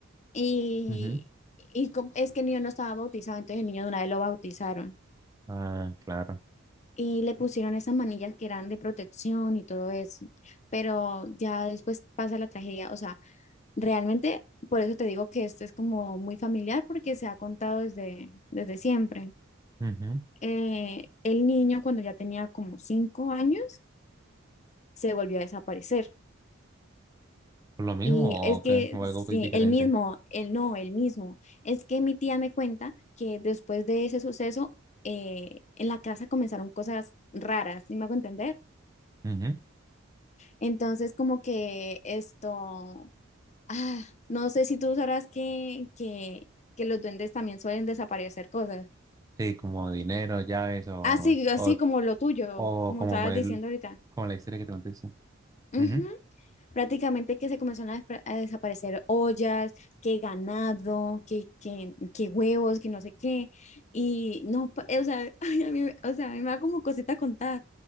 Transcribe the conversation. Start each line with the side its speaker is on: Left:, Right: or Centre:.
Left: y,
Right: Ujú.
Left: y com- es que el niño no estaba bautizado, entonces el niño de una vez lo bautizaron
Right: Ah, claro.
Left: y le pusieron esas manillas que eran de protección y todo eso, pero ya después pasa la tragedia, o sea, Realmente, por eso te digo que esto es como muy familiar porque se ha contado desde, desde siempre.
Right: Ujú.
Left: Eh, el niño cuando ya tenía como cinco años se volvió a desaparecer.
Right: ¿Por ¿Lo mismo
Left: Y es
Right: o
Left: que,
Right: qué? ¿O algo
Left: sí,
Right: muy diferente?
Left: el mismo, el no, el mismo. Es que mi tía me cuenta que después de ese suceso, eh, en la casa comenzaron cosas raras, ¿sí me hago entender?
Right: Ujú.
Left: Entonces, como que esto, ah, no sé si tú sabrás que, que, que los duendes también suelen desaparecer cosas.
Right: Sí, como dinero, llaves o,
Left: Así, así
Right: o,
Left: como lo tuyo,
Right: o
Left: como
Right: como,
Left: estabas
Right: mo- el-
Left: diciendo ahorita.
Right: como la historia que te conté. sí.
Left: Ujú.
Right: Ujú.
Left: Prácticamente que se comenzaron a, despre- a desaparecer ollas, que ganado, que, que, que huevos, que no sé qué. Y no, pa- o sea, <laughs> ay, a mí, me- o sea, a mí me da como cosita contar,